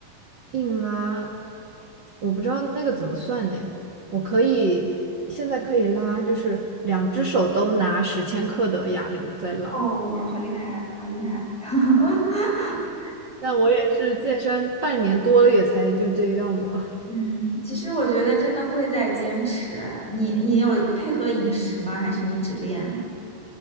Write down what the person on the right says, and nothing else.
硬拉，我不知道那个怎么算呢？我可以现在可以拉，就是两只手都拿十千克的哑铃在拉，
但我也是健身半年多了，也才就这样吧。